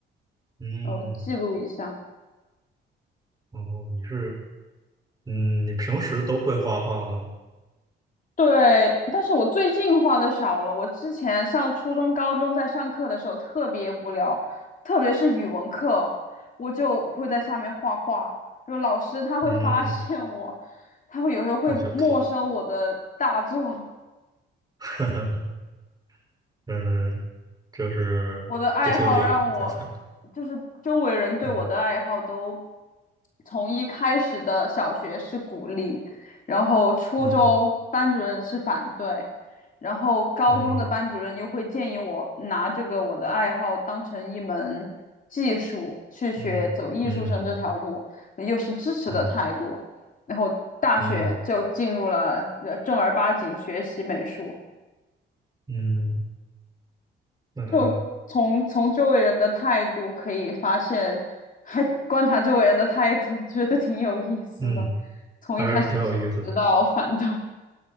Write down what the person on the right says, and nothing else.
嗯。
哦，你是，嗯，你平时都会画画吗？
嗯，
那就套。<laughs> 嗯，就是不听讲，
再下来。
嗯
嗯
嗯嗯嗯
嗯。
嗯嗯，那
嗯，
还是挺有意思的，